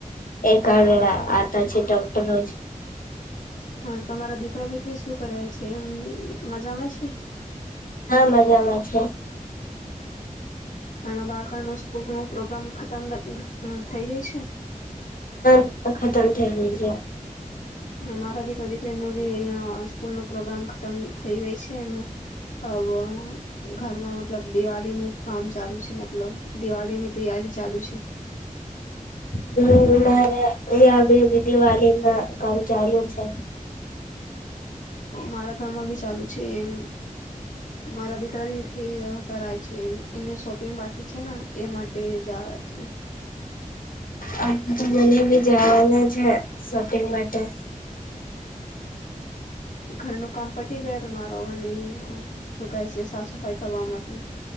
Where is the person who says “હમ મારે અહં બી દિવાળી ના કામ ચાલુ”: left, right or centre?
Left